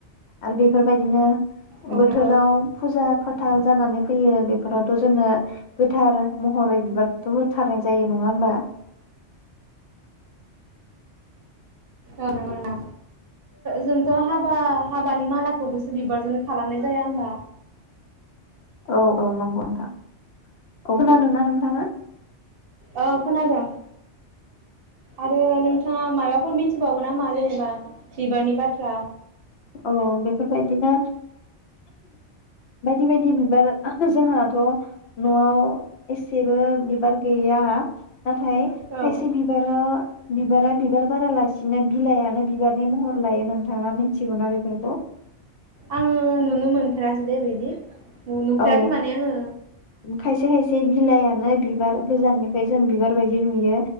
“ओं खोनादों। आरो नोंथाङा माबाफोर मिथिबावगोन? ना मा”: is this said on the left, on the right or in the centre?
Right